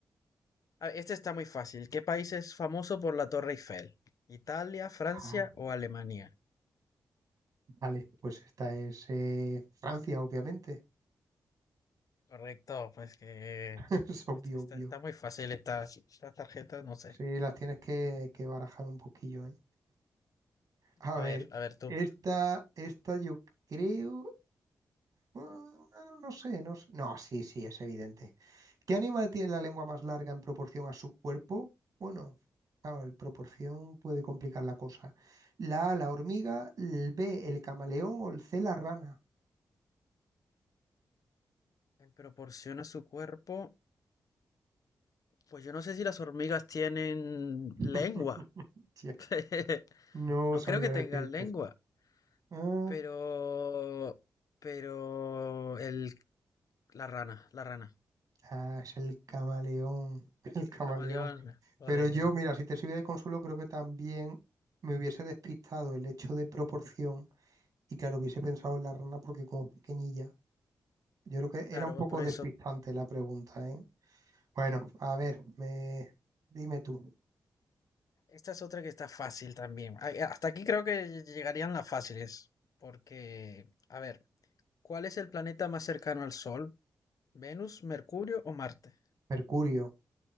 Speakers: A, on the left; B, on the right.
A: Ah, Este está muy fácil. ¿Qué país es famoso por la Torre Eiffel? ¿Italia, Francia
B: Ah,
A: o Alemania?
B: vale, pues esta es eh, Francia, obviamente.
A: Correcto, pues que
B: <laughs> Es obvio,
A: es- está,
B: obvio.
A: está muy fácil esta, esta tarjeta, no sé.
B: Sí, las tienes que, que barajar un poquillo, ¿eh? A
A: A
B: ver,
A: ver, a ver tú.
B: esta, esta yo creo. ah, No sé, no sé. No, sí, sí, es evidente. ¿Qué animal tiene la lengua más larga en proporción a su cuerpo? Bueno, claro, en proporción puede complicar la cosa. La A, la hormiga, el B, el camaleón o el C, la rana.
A: En proporción a su cuerpo, pues yo no sé si las hormigas tienen
B: <laughs>
A: lengua.
B: Hostia,
A: <laughs>
B: no
A: No
B: sabía
A: creo que tengan
B: decirte.
A: lengua.
B: Ah,
A: Pero, pero el, la rana, la rana,
B: ah, es el camaleón, <laughs> el camaleón.
A: el camaleón, o
B: Pero
A: de,
B: yo, mira, si te sirve de consuelo, creo que también me hubiese despistado el hecho de proporción y claro, hubiese pensado en la rana porque como es pequeñilla. Yo creo que
A: claro,
B: era un poco
A: por eso.
B: despistante la pregunta, ¿eh? Bueno, a ver, me... dime tú.
A: Esta es otra que está fácil también. Ay, Hasta aquí creo que llegarían las fáciles, porque, a ver, ¿cuál es el planeta más cercano al Sol? ¿Venus, Mercurio o Marte?
B: Mercurio,